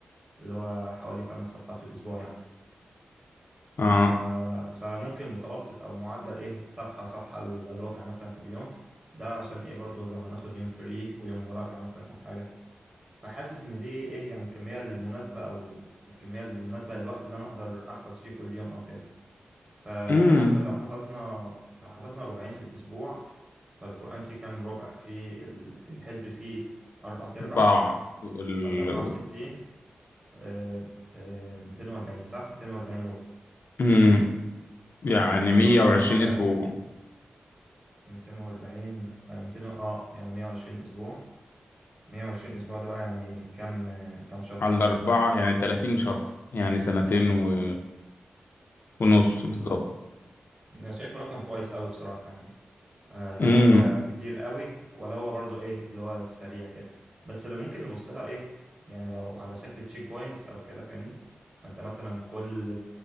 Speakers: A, on the right (about 30°); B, on the left (about 70°).
A: اللي هو حوالي خمس صفحات في الاسبوع يعني
B: اه
A: آه فممكن متوسط او معدل ايه صفحة صفحة الربع مثلا في اليوم ده عشان ايه برضو لو هناخد يوم فري ويوم مراجعة مثلا او حاجة فحاسس ان دي ايه يعني الكمية المناسبة او الكمية المناسبة للوقت اللي انا اقدر احفظ فيه كل يوم او كده فكده
B: امم
A: مثلا لو حفظنا لو حفظنا ربعين في الأسبوع فالقرآن فيه كام ربع فيه ال- الحزب فيه أربع تربع
B: اربعة وال
A: فالأربعة في ستين آه، آه، ميتين وأربعين صح ميتين وأربعين ربع
B: امم يعني
A: طيب ميتين
B: 120
A: وأربعين ربع
B: اسبوع
A: ميتين وأربعين آه، ميتين و- اه يعني مية وعشرين أسبوع مية وعشرين أسبوع ده بقى يعني كام آه، كام شهر
B: على
A: مثلا
B: الاربعه يعني 30 شهر يعني سنتين
A: تلاتين
B: و... ونص
A: مم.
B: بالظبط
A: أنا شايفه رقم كويس أوي بصراحة يعني آه، لا
B: امم
A: هو كتير قوي ولا هو برضو ايه اللي هو السريع كده بس اللي ممكن نبص لها ايه يعني لو على شكل تشيك بوينتس او كده فاهمني فانت مثلا كل